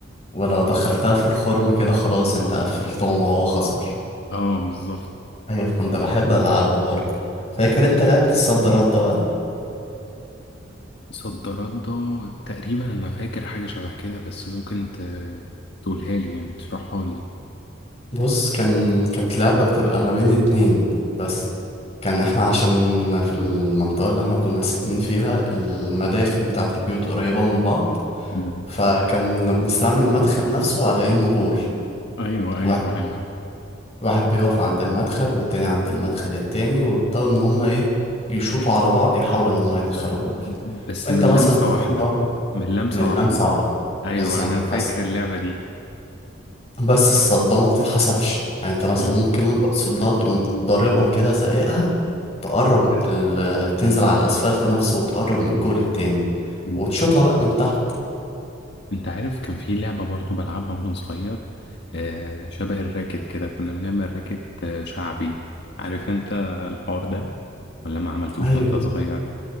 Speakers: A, on the left (about 35°); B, on the left (about 60°).
A: ولو دخلتها في الخرم كده خلاص انت قفلتهم وهو خسر
B: اه بالظبط
A: ايوه كنت بحب العبها برضه فاكر انت لعبة الصد رد بقى
B: صدرات ده تقريبا انا فاكر حاجة شبه كده بس ممكن ت- تقولها لي يعني تشرحها لي
A: بص كان كانت لعبة بتبقى ما بين اتنين بس كان احنا عشان في المنطقة اللي احنا كنا ساكنين فيها المداخل بتاعة البيوت قريبة من بعض
B: مم.
A: فكنا بنستعمل المدخل نفسه على انه جول
B: ايوه
A: واحد
B: ايوه ايوه
A: واحد بيقف عند المدخل والتاني عند المدخل التاني ويبدأوا إن هما إيه يشوطوا على بعض يحاولوا إن هما يدخلوا جول
B: بس
A: وأنت
B: من
A: مثلا
B: لمسة
A: تصدها
B: واحدة من لمسة
A: من لمسة
B: واحدة
A: واحدة
B: ايوه
A: بالظبط
B: انا فاكر
A: بس
B: اللعبة دي
A: بس الصدمة ما بتتحسبش يعني أنت مثلا
B: مم.
A: ممكن وأنت بتصدها تقوم ضاربها كده زقيقها تقرب من ال... تنزل على الأسفلت نفسه وتقرب من الجول التاني
B: مم.
A: وتشوطها بقى من تحت
B: انت عارف كان في لعبة برضو بلعبها وانا صغير آه شبه الراكت كده كنا بنعمل راكت آه شعبي عارف انت الحوار ده ولا ما عملتوش
A: أيوه
B: وانت صغير